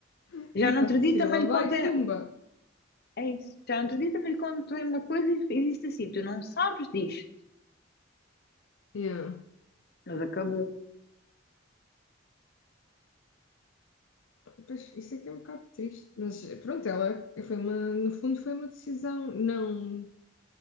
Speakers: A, on the left; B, on the left.
A: <laughs>
B: Já
A: Exato,
B: no outro dia
A: se
B: também
A: ela
B: lhe
A: vai,
B: contei,
A: tumba.
B: é isso, já no outro dia também lhe contei uma coisa e, e disse assim: tu não sabes disto,
A: Yeah.
B: mas acabou.
A: Pois, isso é que é um bocado triste. Mas eh, pronto, ela foi uma. No fundo, foi uma decisão não.